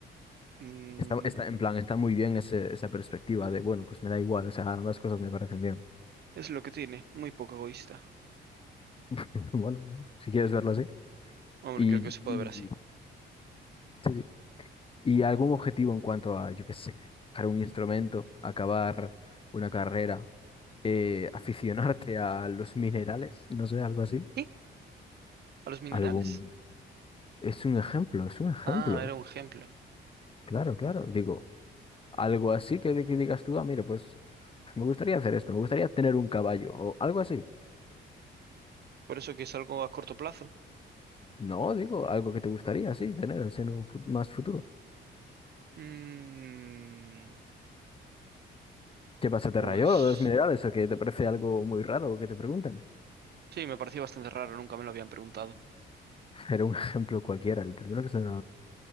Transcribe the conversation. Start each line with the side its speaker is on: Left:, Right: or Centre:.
Right: mm,
Left: Está, está, en plan, está muy bien ese- esa perspectiva de, bueno, pues me da igual, o sea, ambas cosas me parecen bien.
Right: es lo que tiene, muy poco egoísta.
Left: <laughs> Bueno, si quieres verlo así.
Right: Hombre,
Left: Y,
Right: creo que se puede
Left: y
Right: ver así.
Left: Sí, sí. ¿Y algún objetivo en cuanto a, yo qué sé, tocar un instrumento, acabar una carrera, eh, aficionarte a los minerales, no sé, algo así?
Right: ¿Y? A los minerales.
Left: Algún... Es un ejemplo, es un ejemplo.
Right: Ah, era un ejemplo.
Left: Claro, claro. Digo, algo así que, que digas tú, ah, mira, pues, pues me gustaría hacer esto, me gustaría tener un caballo o algo así.
Right: Por eso que es algo a corto plazo.
Left: No, digo, algo que te gustaría, sí, tener así en un fu- más futuro.
Right: Mm,
Left: ¿Qué pasa, te
Right: pues
Left: rayó lo de los minerales o que te parece algo muy raro que te pregunten?
Right: sí, me pareció bastante raro, nunca me lo habían preguntado.
Left: <laughs> Era un ejemplo cualquiera, el primero que se me